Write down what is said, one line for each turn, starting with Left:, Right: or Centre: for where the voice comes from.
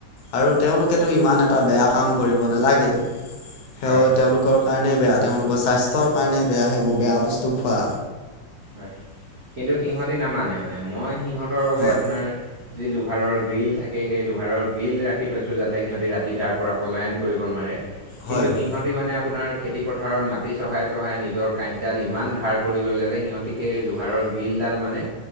Left: আৰু তেওঁলোকেতো ইমান এটা বেয়া কাম কৰিব নালাগে। সে
Right: হয় হয়
Left: তেওঁলোকৰ কাৰণেই বেয়া। তেওঁলোকৰ স্বাস্থ্যৰ কাৰণে বেয়া, সেইবোৰ বেয়া বস্তু খোৱা।
Right: হয়। কিন্তু সিহঁতি নামানে মানে মই সিহঁতৰ বাবে
Left: হয়
Right: আপোনাৰ যি লোহাৰৰ গ্ৰীল থাকে, সেই লোহাৰৰ গ্ৰীল ৰাখি থৈছোঁ। যাতে সিহঁতে ৰাতি তাৰ পৰা পলায়ন কৰিব নোৱাৰে। কিন্তু
Left: হয় হয়
Right: সিহঁত সিহঁতি মানে আপোনাৰ খেতি পথাৰত মাটি চহাই-চহাই নিজৰ কাঁডডাল ইমান ধাৰ কৰি ল'লে যে সিহঁত গতিকে সেই লোহাৰৰ বিলডাল মানে